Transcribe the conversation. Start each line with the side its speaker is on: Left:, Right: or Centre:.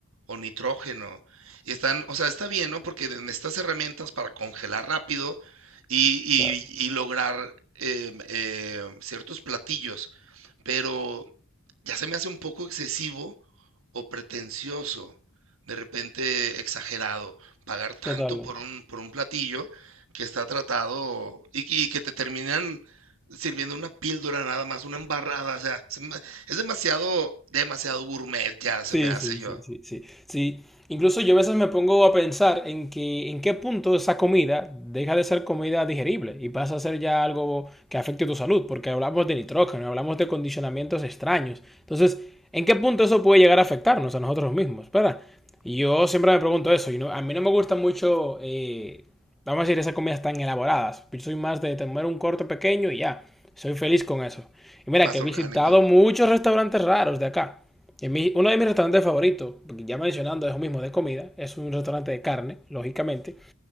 Right: o nitrógeno. Y están, o sea, está bien, ¿no? Porque necesitas herramientas para congelar rápido y, y-
Centre: Claro.
Right: y lograr em, em, ciertos platillos, pero ya se me hace un poco excesivo o pretencioso, de repente exagerado, pagar
Centre: Totalmente.
Right: tanto por un, por un platillo que está tratado y, que- y que te terminan sirviendo una píldora nada más, una embarrada, o sea, se me- es demasiado, demasiado gourmet ya se
Centre: Sí,
Right: me hace
Centre: sí,
Right: yo,
Centre: sí, sí, sí, sí. Incluso yo a veces me pongo a pensar en que en qué punto esa comida deja de ser comida digerible y pasa a ser ya algo que afecte tu salud, porque hablamos de nitrógeno, hablamos de condicionamientos extraños. Entonces, ¿en qué punto eso puede llegar a afectarnos a nosotros mismos? ¿Verdad? Y yo siempre me pregunto eso, y no- a mí no me gustan mucho, eh, vamos a decir, esas comidas tan elaboradas. Yo soy más de comer un corte pequeño y ya, soy feliz con eso. Y mira,
Right: más
Centre: que he
Right: orgánico.
Centre: visitado muchos restaurantes raros de acá. En mi- uno de mis restaurantes favoritos, ya mencionando, es lo mismo de comida, es un restaurante de carne, lógicamente,